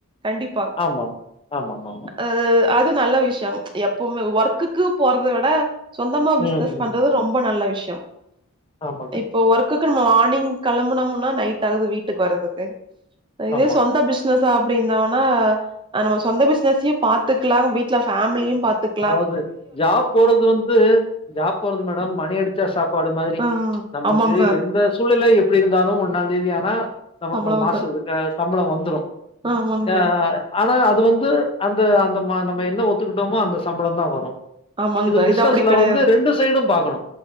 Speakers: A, on the right; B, on the left.
A: கண்டிப்பா
B: ஆமாம். ஆமாமாமா.
A: அது அது நல்ல விஷயொம் எப்பவுமே ஒர்க்குக்கு போறத விட சொந்தமா பிஸ்னஸ்
B: ம், ம்.
A: பண்றது ரொம்ப நல்ல விஷயோ
B: ஆமாங்க
A: இப்போ ஒர்க்குக்கு நம்ம மார்னிங் கெளம்புனோம்னா நைட் ஆகுது வீட்டுக்கு வரதுக்கு இதே
B: ஆமா.
A: சொந்த பிஸ் ஸ்னஸா அப்டின்ன வேணா அ நம்ம சொந்த பிசினஸையே பாத்துக்கலா வீட்டுல ஃபேமிலியு பாத்துக்
B: அதாவ்து ஜாப் போறது வந்து ஜாப் போறது மேடம் மணி அடிச்சா சாப்பாடு மாதிரி
A: ஆ
B: நமக்கு
A: ஆமாங் சார்
B: எந்த சூழ்நில எப்டி இருந்தாலு ஒன்னாந்தேதி ஆனா நமக்கு
A: சம்பள
B: மாசுத்து
A: வந்துரு
B: க சம்பள வந்துரு
A: ஆ ஆமாங்
B: தா
A: சார்
B: ஆனா அது வந்து அந்த அந்தமா நம்ம என்ன ஒத்துக்குட்டோமோ அந்த சம்பளந்தா வரு
A: ஆமாங்
B: இது
A: சார்
B: பிசினஸ்ல
A: அப்டி கெடையாது
B: வந்து ரெண்டு சைடும் பார்க்கணு